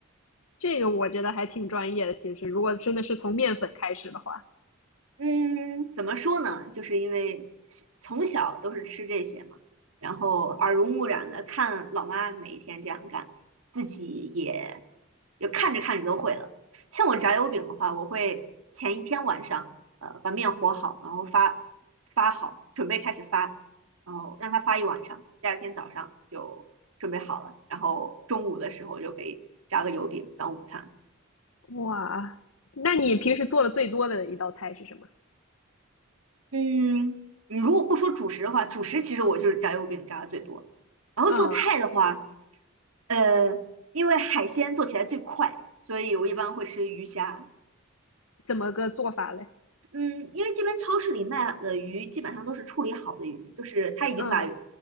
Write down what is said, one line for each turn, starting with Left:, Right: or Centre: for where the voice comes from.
Left: 这个我觉得还挺专业的。其实，如果真的是从面粉开始的话，
Right: 嗯，怎么说呢？就是因为从小都是吃这些嘛，然后耳濡目染的看老妈每一天这样干，自己也也看着看着都会了。像我炸油饼的话，我会前一天晚上，呃，把面和好，然后发发好，准备开始发，然后让它发一晚上，第二天早上就准备好了，然后中午的时候就可以炸个油饼当午餐。
Left: 哇，那你平时做的最多的一道菜是什么？
Right: 嗯，你如果不说主食的话，主食其实我就是炸油饼炸的最多。然后做菜的话，
Left: 嗯，
Right: 呃，因为海鲜做起来最快，所以我一般会吃鱼虾。
Left: 怎么个做法嘞？
Right: 嗯，因为这边超市里卖的鱼基本上都是处理好的鱼，就是他已经把
Left: 嗯